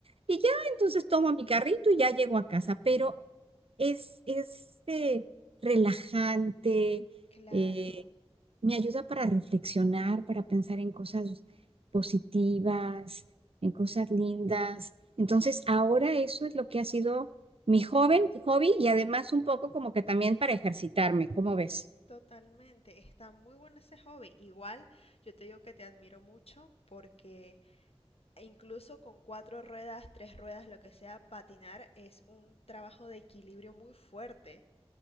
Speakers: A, on the right; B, on the left.
A: y ya entonces tomo mi carrito y ya llego a casa. Pero es, es eh, relajante,
B: claro.
A: eh, me ayuda para reflexionar, para pensar en cosas positivas, en cosas lindas. Entonces, ahora eso es lo que ha sido mi joven hobby y además un poco como que también para ejercitarme, ¿cómo ves?
B: Totalmente, está muy bueno ese hobby. Igual, yo te digo que te admiro mucho porque e incluso con cuatro ruedas, tres ruedas, lo que sea, patinar es un trabajo de equilibrio muy fuerte.